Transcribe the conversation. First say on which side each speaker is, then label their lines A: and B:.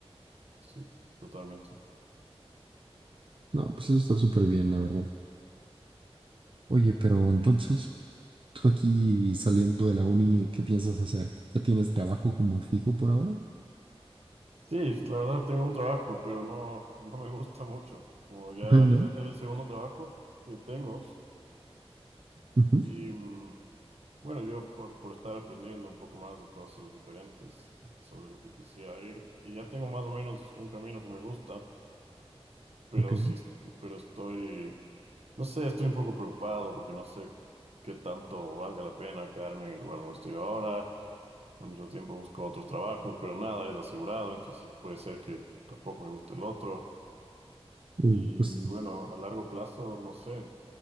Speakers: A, on the right; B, on the right.
A: Sí, totalmente.
B: No, pues eso está súper bien, la verdad. Oye, pero entonces, tú aquí saliendo de la uni, ¿qué piensas hacer? ¿Ya tienes trabajo como fijo por ahora? <laughs>
A: Sí, la verdad tengo un trabajo, pero no, no me gusta mucho. Como ya
B: Ajá, ¿No?
A: es, el es el segundo trabajo que tengo
B: Ujú,
A: y mm, Bueno, yo por, por estar aprendiendo un poco más de cosas diferentes sobre lo que quisiera ir, y ya tengo más o menos un camino que me gusta, pero
B: Ok.
A: sí, es- pero estoy, no sé, estoy un poco preocupado porque no sé qué tanto valga la pena quedarme en el lugar donde estoy ahora. Al mismo tiempo busco otros trabajos, pero nada es asegurado, entonces puede ser que tampoco me guste el otro. Y
B: Uh, pues,
A: bueno, a largo plazo, no sé,